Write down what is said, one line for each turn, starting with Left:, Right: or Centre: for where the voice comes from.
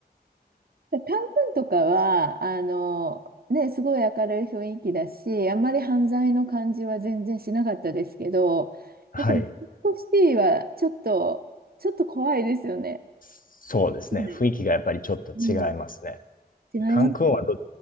Right: カン君とかは、あの、ね、すごい明るい雰囲気だし、あんまり犯罪の感じは全然しなかったですけど、
Left: はい。
Right: やっぱりメキシコシティはちょっと、ちょっと怖いですよね。
Left: そうですね。
Right: そうです。
Left: 雰囲気がやっぱりちょっと違いますね。
Right: うん、違いますよね。
Left: カンクンはど